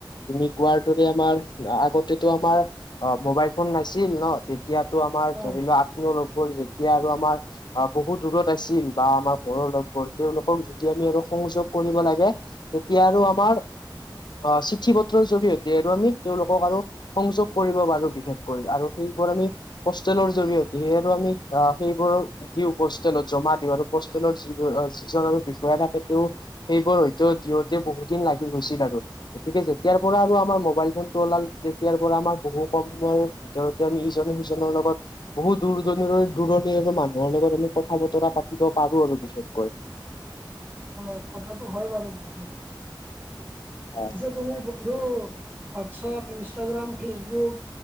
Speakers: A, on the left; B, on the right.
A: তুমি কোৱাৰ দৰে আমাৰ আগত তেটো আমাৰ অ মোবাইল ফোন নাছিল ন? তেতিয়টো আমাৰ
B: হয়
A: ধৰি লোৱা তেওঁলোকৰ যেতিয়া আৰু আমাৰ আ বহুত দূৰত আছিল বা আমাৰ ঘৰৰ লগবোৰ। তেওঁলোকক যদি আমি আৰু সংযোগ কৰিব লাগে, তেতিয়া আৰু আমাৰ অহ চিঠি পত্ৰৰ জৰিয়তে আৰু আমি তেওঁলোকক আৰু সংযোগ কৰিব পাৰো বিশেষকৈ আৰু সেইবোৰ আমি পোষ্টেলৰ জৰিয়তে সেই আমি আহ সেইবোৰ দিওঁ পোষ্টেলত জমা দিওঁ আৰু পোষ্টেলত যি যিজন আৰু বিষয়া থাকে। তেওঁ সেইবোৰ হয়তো দিওঁতে বহুত দিন লাগি গৈছিল আৰু। গতিকে যেতিয়াৰ পৰা আৰু আমাৰ মোবাইল ফোনটো ওলাল। তেতিয়াৰ পৰা আমাৰ বহু কম সময়ৰ ভিতৰতে আমি ইজনে সিজনৰ লগত বহুত দূৰ দনিৰৈ দূৰ দূৰণি মানুহৰ লগত আমি কথা বতৰা পাতিব পাৰো আৰু বিশেষকৈ।
B: হয়, কথাটো হয় বাৰু বন্ধো।
A: হয়
B: পিছে তুমি ব ধু হোৱাটছাপ, ইনষ্টাগ্ৰাম, ফেচবুক।